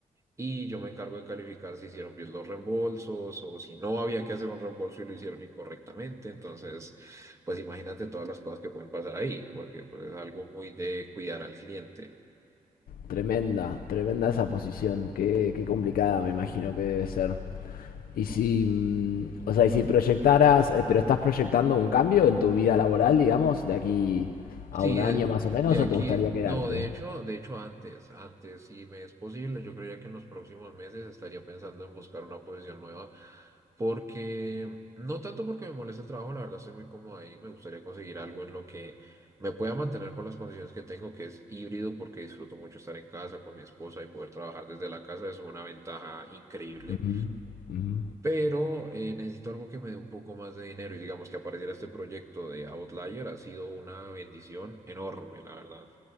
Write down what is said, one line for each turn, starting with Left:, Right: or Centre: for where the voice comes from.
Right: y yo me encargo de calificar si hicieron bien los reembolsos o si no había que hacer un reembolso y lo hicieron incorrectamente. Entonces, pues imagínate todas las cosas que pueden pasar ahí, porque pues es algo muy de cuidar al cliente.
Left: Tremenda, tremenda esa posición. Qué, qué complicada me imagino que debe ser. Y si, mm, o sea, y si proyectaras, eh, pero estás proyectando un cambio en tu vida laboral, digamos, de aquí
Right: Sí,
Left: a un año
Right: eh,
Left: más o menos,
Right: de aquí,
Left: o te gustaría quedarte?
Right: no, de hecho, de hecho antes, antes, si me es posible, yo creía que en los próximos meses estaría pensando en buscar una posición nueva, porque no tanto porque me moleste el trabajo, la verdad estoy muy cómodo ahí, me gustaría conseguir algo en lo que me pueda mantener con las condiciones que tengo, que es híbrido, porque disfruto mucho estar en casa con mi esposa y poder trabajar desde la casa es una ventaja increíble
Left: Ujú, ujú.
Right: pero eh, necesito algo que me dé un poco más de dinero y digamos que apareciera este proyecto de Outlier ha sido una bendición enorme, la verdad.